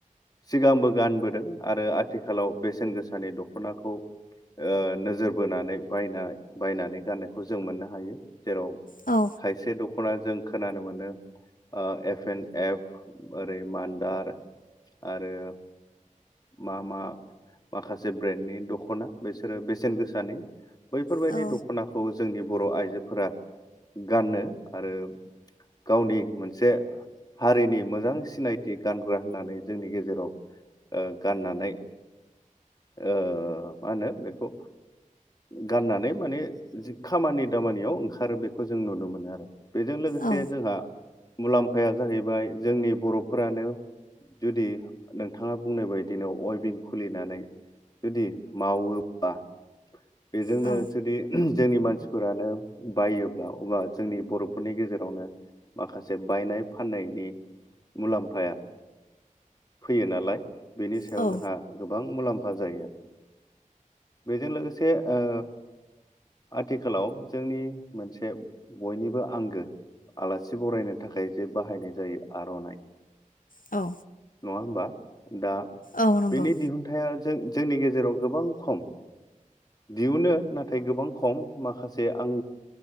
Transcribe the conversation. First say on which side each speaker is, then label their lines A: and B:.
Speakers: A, on the left (about 30°); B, on the left (about 85°).
A: सिगांबो गानबोदों आरो आथिखालाव बेसेन गोसानि दख'नाखौ ओ नोजोर बोनानै बायना बायनानै गाननायखौ जों मोननो हायो जेराव
B: औ
A: खायसे दखान अब्ला जों खोनानो मोनो एफ एन एप ओरै मान्दार आरो मा मा माखासे ब्रेन्डनि दख'ना बेसोरो बेसेन गोसानि बैफोरबायदि
B: औ
A: दख'नाखौ जोंनि बर' आइजोफोरा गानो आरो गावनि मोनसे हारिनि मोजां सिनायथि गानग्रा होननानै जोंनि गेजेराव गाननानै ओ मा होनो बेखौ गाननानै माने जि खामानि दामानियाव ओंखारो बेखौ जों नुनो मोनो आरो बेजों लोगोसे लोगोसे
B: औ
A: जोंहा मुलाम्फाया जाहैबाय जोंनि बर'फोरानो जुदि नोंथाङा बुंनाय बायदिनो अयबिन खुलि नानै जुदि मावोब्ला बेजोंनो
B: औ
A: जुदि जोंनि मानसिफोरानो बायोब्ला अबा जोंनि बर'फोरनि गेजेरावनो माखासे बायनाय फाननायनि मुलाम्फाया फैयो नालाय बेनि सायाव
B: औ
A: जोंहा गोबां मुलाम्फा जायो आरो बेजों लोगोसे ओ आथिखालाव जोंनि मोनसे बयनिबो आंगो आलासि बरायनो थाखाय जे बाहायनाय जायो आर'नाइ
B: औ
A: नङा हबा दा
B: औ नंगौ।
A: बिनि दिहुनथाया जों जोंनि गेजेराव गोबां खम दिहुनो नाथाय गोबां खम माखासे आं